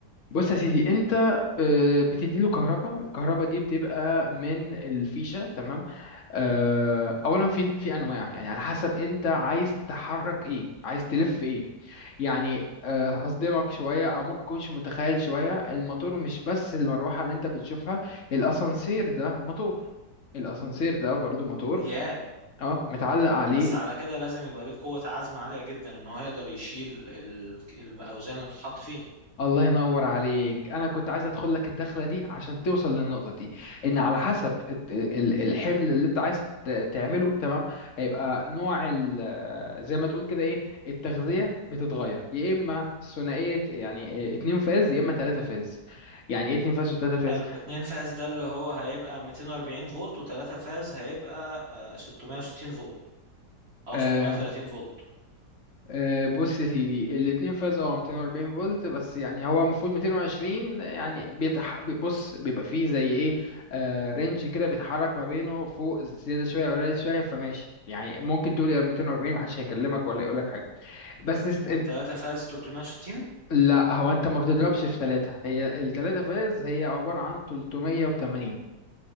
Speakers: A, on the left; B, on the right.
A: بص يا سيدي انت آه، بتديله كهرباء الكهرباء دي بتبقى من الفيشه تمام آه، اولا في في انواع يعني على حسب انت عايز تحرك ايه عايز تلف ايه يعني آه، هصدمك شوية أو ممكن تكونش متخيل شوية الموتور مش بس المروحة اللي أنت بتشوفها الأسانسير ده موتور الأسانسير ده برضو موتور
B: ياه
A: اه متعلق عليه
B: بس على كده لازم يبقى ليه قوة عزم عالية جدا ان هو يقدر يشيل ال- الأوزان اللي بتتحط فيه
A: الله ينور عليك انا كنت عايز ادخل لك الدخله دي عشان توصل للنقطه دي ان على حسب الت- ال- الحمل اللي انت عايز ت- تعمله تمام هيبقى نوع ال- زي ما تقول كده ايه التغذيه بتتغير يا اما ثنائيه يعني اتنين فاز يا اما تلاته فاز يعني ايه اتنين فاز وتلاته فاز
B: حلو اتنين فاز ده اللي هو هيبقى 240 فولت وتلاتة فاز هيبقى آه، 660 فولت أو
A: آه،
B: 630 فولت
A: آه، بص يا سيدي الاتنين فاز اه 240 فولت بس يعني هو المفروض 220 يعني بيتح... بي- بص بيبقى فيه زي ايه آه رينج كده بيتحرك ما بينه فوق زيادة شوية أو قليل شوية فماشي يعني ممكن تقول يا 240 محدش هيكلمك ولا يقولك حاجة بس است...
B: والتلاتة
A: ات-
B: فاز 360
A: لا هو انت ما بتضربش في ثلاثة هي الثلاثة فاز هي عبارة عن 380